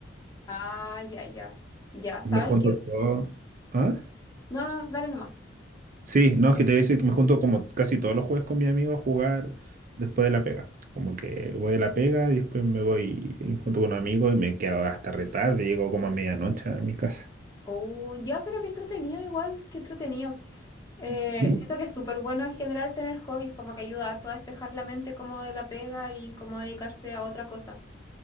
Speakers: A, on the left (about 20°); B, on the right (about 45°).
A: Ah, ya, ya. Ya, ¿sabes
B: Me junto
A: qué?
B: todo. ¿Ah?
A: No, no, dale nomás.
B: Sí, no, es que te voy a decir que me junto como casi todos los jueves con mi amigo a jugar después de la pega. Como que voy a la pega y después me voy y junto con un amigo y me quedo hasta retarde, llego como a medianoche a mi casa.
A: Oh, ya, pero qué entretenido igual, qué entretenido. Eh,
B: Sí.
A: siento que es súper bueno en general tener hobbies, como que ayuda harto a despejar la mente como de la pega y como dedicarse a otra cosa.